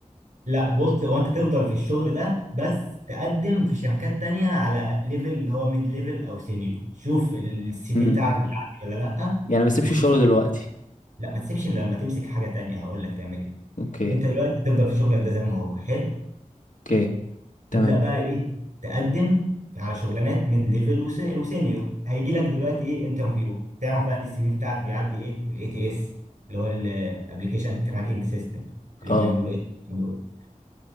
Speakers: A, on the right; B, on the left.
A: لا بص هو انت تفضل في الشغل ده بس تقدم في شركات تانية على ليفل اللي هو ميد ليفل او سينيور شوف السي
B: امم
A: في بتاعك بيعدي ولا لا
B: يعني ما اسيبش
A: وشوف
B: الشغل دلوقتي
A: لا ما تسيبش الا لما تمسك حاجه تانية هقول لك تعمل ايه
B: اوكي
A: انت دلوقتي هتفضل في شغلك ده زي ما هو حلو
B: اوكي
A: تبدا
B: تمام
A: بقى ايه تقدم على شغلانات ميد ليفل وسينيور هيجي لك دلوقتي ايه انترفيو تعرف بقى ان السي في بتاعك بيعدي ايه الاي تي اس اللي هو الابلكيشن تراكنج سيستم اللي
B: اه
A: بيعملوه له دول